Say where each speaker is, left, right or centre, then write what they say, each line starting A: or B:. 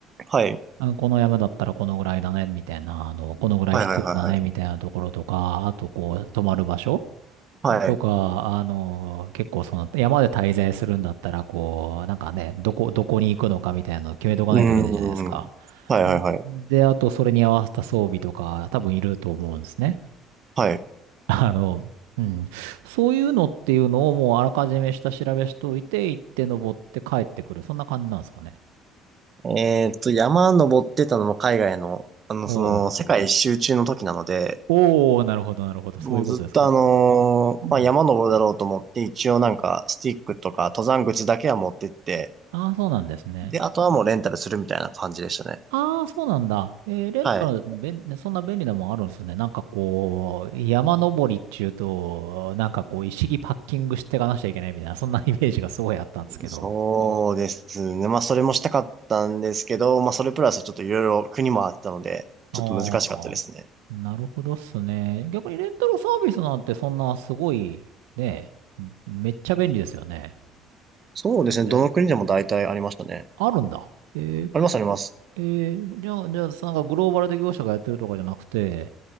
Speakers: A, on the right (about 40°); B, on the right (about 75°).
A: はい。
B: あの、この山だったらこのぐらいだね、みたいな、あの、このぐらい必要だね、
A: はいはいはいは
B: みたいなところとか、あとこう、泊まる場所
A: い。はい。
B: とか、あの、結構その、山で滞在するんだったら、こう、なんかね、どこ、どこに行くのかみたいなのを決めとかないといけないじゃないですか。
A: うーん。はいはいはい。
B: で、あとそれに合わせた装備とか多分いると思うんですね。
A: はい。
B: <laughs> あの、うん。そういうのっていうのをもうあらかじめ下調べしといて、行って登って帰ってくる。そんな感じなんですかね。
A: えーっと、山登ってたのも海外の、あの、
B: おお
A: その、世界一周中の時なので、
B: おおなるほど、なるほど。そういうことですか。
A: もうずっとあのーまあ、
B: うん。
A: 山登るだろうと思って、一応なんか、スティックとか、登山口だけは持ってって、
B: ああ、そうなんですね。
A: で、あとはもうレンタルするみたいな感じでしたね。
B: ああ、そうなんだ。えーレンタル、
A: はい。
B: べん、そんな便利なもんあるんですね。なんかこう、山登りっちゅうと、なんかこう、一式パッキングしていかなきちゃいけないみたいな、そんなイメージがすごいあったんですけど。
A: そうですね。まあ、それもしたかったんですけど、まあ、それプラスちょっといろいろ国もあったので、
B: あ
A: ちょっと難しかったですね。
B: あ、なるほどっすね。逆にレンタルサービスなんてそんなすごい、ね、めっちゃ便利ですよね。
A: そうですね。
B: だって、
A: どの国でも大体ありましたね。
B: あるんだ。えー、
A: あります、あります。
B: えー、じゃあ、じゃあ、なんかグローバルで業者がやってるとかじゃなくて、